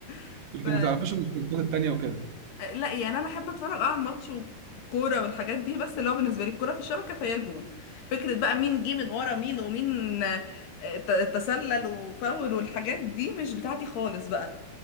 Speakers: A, on the left (about 65°); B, on the right (about 65°).
A: <laughs>
B: لكن
A: ف
B: ما تعرفيش المشتقات التانية وكده
A: لا يعني انا احب اتفرج اه على الماتش وكوره والحاجات دي بس اللي هو بالنسبه لي الكوره في الشبكه فهي جون فكره بقى مين جه من ورا مين ومين آه، ت- تسلل وفاول والحاجات دي مش بتاعتي خالص بقى